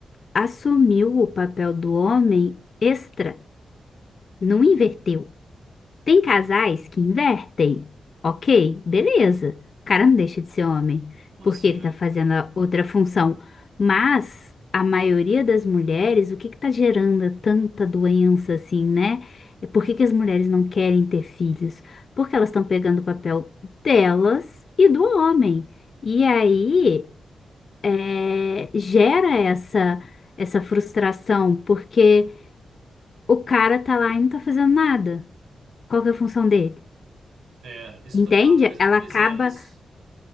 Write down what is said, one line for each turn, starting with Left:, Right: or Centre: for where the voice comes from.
Left: assumiu o papel do homem extra, não inverteu. Tem casais que invertem. Ok, beleza. O cara não deixa de ser homem,
Right: como
Left: porque
Right: assim?
Left: ele
Right: né?
Left: tá fazendo a outra função. Mas a maioria das mulheres, o que que tá gerando tanta doença assim, né? É Por que que as mulheres não querem ter filhos? Porque elas estão pegando o papel delas e do homem. E aí é, gera essa, essa frustração, porque o cara tá lá e não tá fazendo nada. Qual que é a função dele?
Right: É, isso
Left: Entende?
Right: também é uma coisa.
Left: Ela
Right: Pois
Left: acaba,
Right: é, isso.